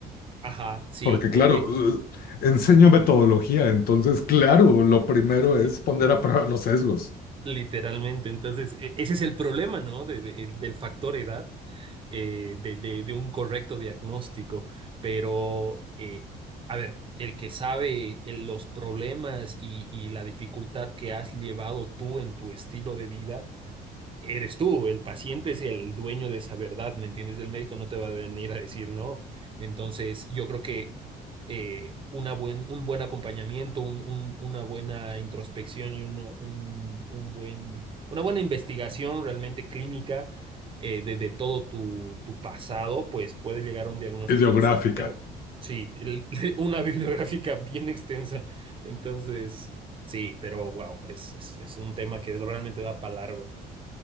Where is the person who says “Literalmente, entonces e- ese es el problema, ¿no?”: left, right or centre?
Right